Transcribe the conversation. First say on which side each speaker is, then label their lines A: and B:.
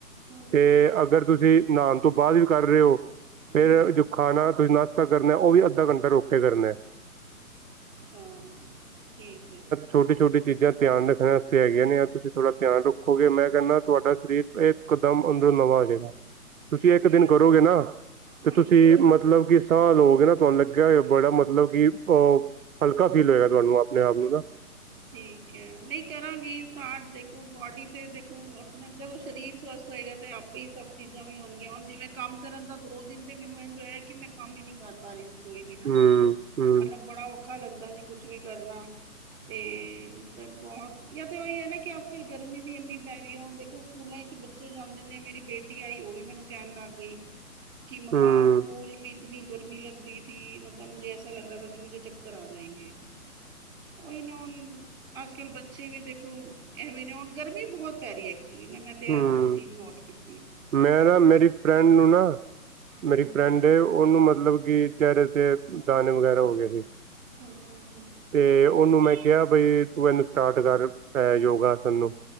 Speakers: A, on the right; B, on the right.
A: ਹੂੰ।
B: 'ਤੇ ਅਗਰ ਤੁਸੀਂ ਨਹਾਨ ਤੋਂ ਬਾਦ ਵੀ ਕਰ ਰਏ ਓ
A: ਹਮ,
B: ਫਿਰ ਜੋ ਖਾਨਾ ਤੁਸੀਂ ਨਾਸ਼ਤਾ ਕਰਨੈ, ਉਹ ਵੀ ਅੱਧਾ ਘੰਟਾ ਰੁਕ ਕੇ ਕਰਨੈ।
A: ਹਾਂ, ਠੀਕ ਐ।
B: ਛੋਟੀ-ਛੋਟੀ ਚੀਜ਼ਾਂ ਧਿਆਨ ਰੱਖਨ ਵਾਸਤੇ ਹੈਗੀਆਂ ਨੇ, ਐ ਤੁਸੀਂ ਥੋੜ੍ਹਾ ਧਿਆਨ ਰੱਖੋਗੇ, ਮੈਂ ਕੈਂਨਾ ਤੁਹਾਡਾ ਸ਼ਰੀਰ ਇੱਕ ਦਮ ਅੰਦਰੋ ਨਵਾ ਆਜੇਗਾ। ਤੁਸੀਂ ਇੱਕ
A: ਠੀਕ
B: ਦਿਨ ਕਰੋਗੇ ਨਾ,
A: ਹਾਂਜੀ
B: 'ਤੇ ਤੁਸੀਂ ਮਤਲਬ ਕਿ ਤਾਂ ਲੋਗ ਨਾ ਤੁਹਾਨੂੰ ਲੱਗੇਆ ਬੜਾ, ਮਤਲਬ ਕਿ ਓ ਹਲਕਾ ਫੀਲ ਹੋਏਗਾ ਤੁਹਾਨੂੰ, ਆਪਨੇ-ਆਪ ਨੂੰ ਨਾ।
A: ਠੀਕ ਏ, ਨਈਂ ਕਰਾਂਗੀ ਸਟਾਰਟ ਦਖ ਹੁਨ ਬੋਡੀ ਤੇ ਦੇਖੋ ਆਪਣੇ ਜਦੋਂ ਸਰੀਰ ਸਵਸਥ ਹੋਏਗਾ ਤੇ ਆਪੇ ਹੀ ਸਭ ਚੀਜ਼ਾਂ ਵੀ ਹੋਣਗੀਆਂ ਹੁਣ ਜਿਵੇਂ ਕੰਮ ਕਰਨ ਦਾ ਦੋ ਦਿਨ ਤੇ ਮੈਨੂੰ ਇੰਝ ਹੋਆ ਕਿ ਮੈਂ ਕੰਮ ਈ ਨਈ ਕਰ ਪਾ ਰਈ। ਕੋਈ ਵੀ
B: ਹੂੰ
A: ਨਾ
B: ਹੂੰ
A: ਮਤਲਬ ਬੜਾ ਔਖਾ ਲੱਗਦਾ ਜੀ ਕੁਛ ਵੀ ਕਰਨਾ। ਤੇ ਮਤਲਬ ਬੋਤ ਜਾਂ ਤਾਂ ਵਹੀ ਹੈ ਨਾ ਕਿ ਅੱਜ ਕੱਲ੍ਹ ਗਰਮੀ ਵੀ ਇੰਨੀ ਪੈ ਰਈ ਐ ਹੁਣ ਦੇਖੋ ਸਕੂਲਾਂ 'ਚ ਬੱਚੇ ਜਾਂਦੇ ਨੇ ਮੇਰੀ ਬੇਟੀ ਆਈ ਓ ਵੀ ਮੈਨੂੰ ਕੈਣ ਲੱਗ ਗਈ।
B: <inaudible>
A: ਕਿ ਮੰਮਾ
B: ਹੂੰ
A: ਸਕੂਲ ਮੇਂ ਇਤਨੀ ਗਰਮੀ ਲਗ ਰਈ ਥੀ ਮਤਲਬ ਮੁਝੇ ਐਸਾ ਲਗ ਰਆ ਕਿ ਮੁਝੇ ਚੱਕਰ ਆ ਜਾਏਂਗੇ। ਉਈ ਨਾ ਉਨ ਅੱਜ ਕੱਲ੍ਹ ਬੱਚੇ ਵੀ ਦੇਖੋ ਐਵੇਂ ਵੀ ਨੇ ਹੁਣ ਗਰਮੀ ਬਹੁਤ ਪੈ ਰਈ ਏ ਐਕਚੁਲੀ ਨਾ ਮੈਂ ਤੇ
B: ਹੂੰ
A: ਐ ਚੀਜ਼ ਨੋਟ ਕੀਤ
B: ਮੈਂ ਨਾ ਮੇਰੀ ਫਰੈਂਡ ਨੂੰ ਨਾ
A: ਹੂੰ,
B: ਮੇਰੀ ਫਰੈਂਡ ਤੇ ਉਨੂੰ ਮਤਲਬ ਕਿ ਚਿਹਰੇ ਤੇ ਦਾਣੇ ਵਗੈਰਾ ਹੋ ਗਏ ਸੀ
A: ਹੂੰ,
B: ਤੇ ਉਨੂੰ ਮੈਂ ਕਿਆ ਬਈ ਤੂੰ ਏਨੂੰ ਸਟਾਰਟ ਕਰ ਪੈ ਯੋਗਾਸਨ ਨੂੰ